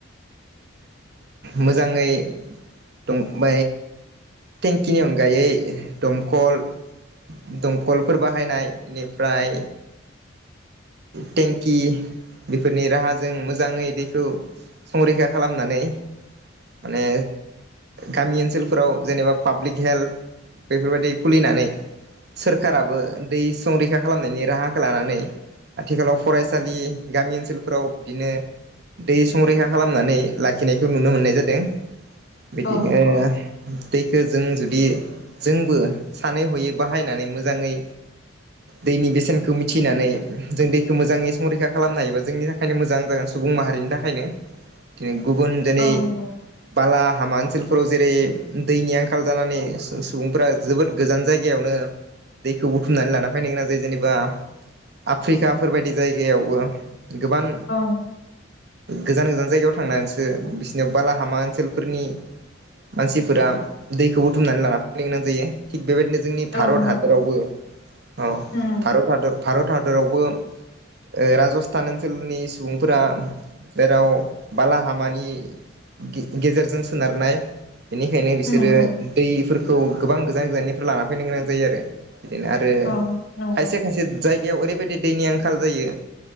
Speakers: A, on the right; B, on the left.
A: मोजाङै दं ब थटेंकिनि अनगाय गायै दमखल दमखलफोर बाहायनाय बेनिफ्राय टेंकि बेफोरनि राहाजों मोजाङै दैखौ संरैखा खालामनानै माने गामि ओनसोलफोराव जेनेबा पाब्लिक हेल्थ बेफोरबायदि खुलिनानै सोरखाराबो दै संरैखा खालामनायनि राहाखौ लानानै आथिखालाव फरायसालि गामि ओनसोलफोराव बिदिनो दै संरैखा खालामनानै लाखिनायखौ नुनो मोननाय जादों। बिदिनो
B: औ औ
A: दैखौ जों जुदि बि जोंबो सानै हयै बाहायनानै मोजाङै दैनि बेसेनखौ मिथिनानै जों दैखौ मोजाङै संरैखा खालामनो हायोबा जोंनि थाखायनो मोजां जागोन सुबुं माहारिनि थाखायनो बि गुबुन दिनै
B: ओं
A: बाला हामा ओनसोल फोराव जेरै दैनि आंखाल जानानै सुबुंफोरा जोबोद गोजान जायगायावनो दैखौ बुथुमनानै लाना फैनो गोनां जायो जेनेबा आफ्रिकाफोरबायायदि जायगायावबो गोबां
B: ओं
A: गोजान गोजान जायगायाव थांनानैसो बिसोरनियाव बालाहामा ओनसोलफोरनि मानसिफोरा दैखौ बुथुमनानै लाना फ <unintelligible> गोनां जायो थिग बेबायदिनो जोंनि
B: औ
A: भारत
B: नंगौ
A: हादरावबो औ
B: होम
A: भारत हादर भारत हादरावबो ओ राजस्थान ओनसोलनि सुबुंफोरा जेराव बालाहामानि गे गेजेरजों सोनारनाय बेनिखायनो बिसोरो
B: होम होम
A: दै गोबां गोजान गोजाननिफ्राय लाना फैनो गोनां जायो आरो बिदिनो आरो
B: औ नंगौ
A: खायसे खायसे जायगायाव ओरैबायदि दैनि आंखाल जायो